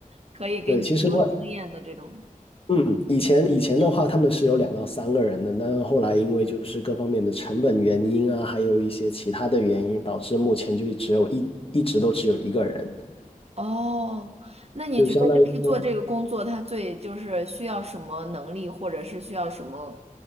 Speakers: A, on the right; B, on the left.
A: 可以给你提供经验的这种。
B: 对，其实我嗯，以前以前的话，他们是有两到三个人的，但是后来因为就是各方面的成本原因啊，还有一些其他的原因，导致目前就只有一一直都只有一个人，
A: 哦，那你觉得就是做这个工作，
B: 就相当于说
A: 它最就是需要什么能力，或者是需要什么，